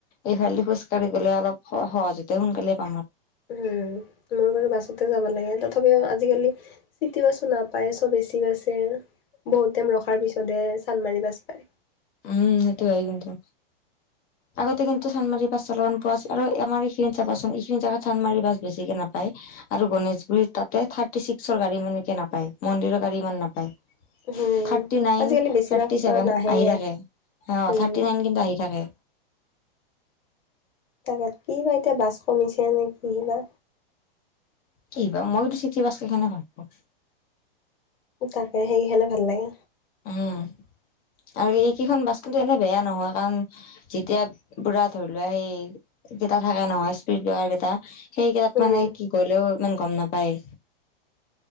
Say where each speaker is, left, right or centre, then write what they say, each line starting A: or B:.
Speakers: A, on the left (about 30°); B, on the left (about 75°).
A: ইফালে খোজ কঢ়ি গ'লে অলপ সহজতে সোনকালে। <inaudible>
B: উম, মোৰ বাৰু বাছতে যাব লাগে তথাপিও আজিকালি। চিটি বাছো নাপায় চব এচি বাছেই বহুত টাইম ৰখাৰ পিছতহে চানমাৰি বাছ পায়।
A: উ, সেইটো হয় কিন্তু। আগতে কিন্তু চানমাৰী বাছ অলপমান পোৱা আছে আৰু আমাৰ এইখিনি চাবাচোন এইখিনি জেগাত চানদমাৰী বাছ বেছিকে নাপায়। আৰু গণেশগুৰিত তাতে থাৰ্টি ছিক্সৰ গাড়ী ইকে নাপায় মন্দিৰৰ গাড়ী ইমান নাপায়।
B: উম,
A: থাৰ্টি নাইন
B: আজিকালি বেছিভাগ
A: থাৰ্টি চছেভেন
B: নাহে
A: আহি ৰাখে। অ, থাৰ্টি
B: উম।
A: নাইন কিন্তু আহি থাকে।
B: তাত কি বা এতিয়া বাছ কমিছে নে কি বা।
A: কি বা মইতো চিঠি বাাীৰ কেনে ভাল পাওঁ।
B: তাকে সেইে হ'লে ভাল লাগে।
A: উম আৰু এইকেইখন বাছ কিন্তো এনে বেয়া নহয় কাৰণ। যেতিয়া পুৰা ধৰিলোৱা সেই। কেইটা থাকে নহয় স্পীডাৰ কেইটা সেইকেইটাত
B: উম,
A: মানে কি গলেও ইমান গম নাপায়।